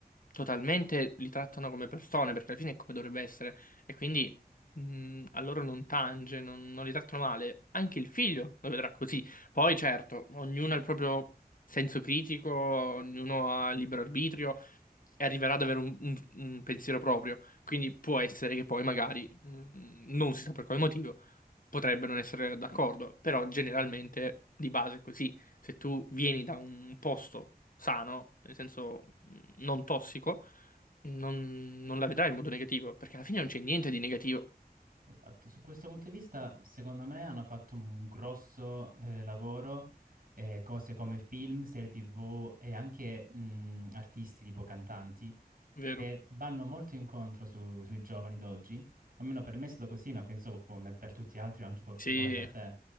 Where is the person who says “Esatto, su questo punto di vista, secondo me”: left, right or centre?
Right